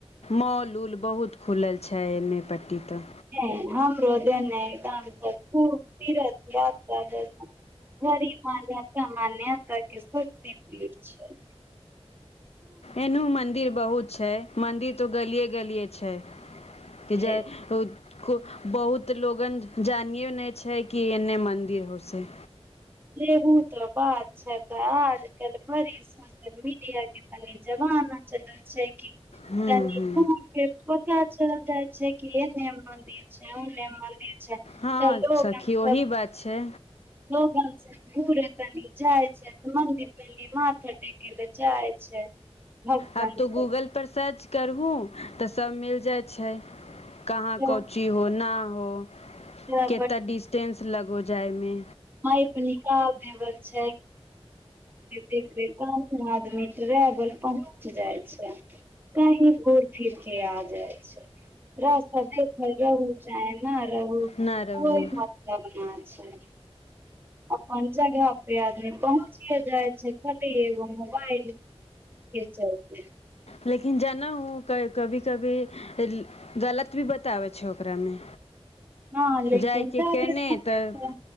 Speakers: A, on the left; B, on the right.
A: मॉल-उल बहुत खुलल छै इन्ने पट्टी तऽ।
B: हां हमरो जे ने <unintelligible> खूब तीर्थ यात्रा <unintelligible> बडी मान्यता मान्यता के शक्ति पीठ छै।
A: एनहु मंदिर बहुत छै, मंदिर तो गलिये गलिये छै कि
B: छै
A: जै बहुत को लोगन जानियो नै छै कि एने मन्दिर होसे।
B: एहु तऽ बात छै तऽ आज कल भरि स सोशल मीडिया के तने जमाना चलै छै कि
A: हूँ
B: तनि
A: हूँ
B: फोन पे पता चल जाय छै कि ऐने मन्दिर छै ओने मन्दिर छै तऽ
A: हँ
B: लोगन
A: सखी
B: सब
A: ओही बात छै
B: लोगन सब घुरे तनी जाइ छै मन्दिर कनी माथा टेके ला जाइ छै। भक्तन
A: आब तऽ
B: सब
A: गूगल पर सर्च करहू तऽ सब मिल जाइ छै कहाँ
B: केना
A: को ची हो ना हो
B: केना
A: केता डिस्टेंस लगो जायमे।
B: <unintelligible> <unintelligible> देखते देखते कोनो आदमी ट्रेवल पहुँच जाइ छै। कहीं घूर- फिर के आ जाइ छै। रास्ता देखल रहू चाहे ना रहू।
A: ना रहू
B: कोई मतलब ना छै अपन जगह पे आदमी पहुँच चिए जाइ छै खाली एगो मोबाइल के चलते।
A: लेकिन जानहु क कभी कभी ले गलत भी बताबै छै ओकरामे।
B: हँ लेकिन
A: जाइके
B: जादे
A: केने
B: समय
A: तऽ
B: तो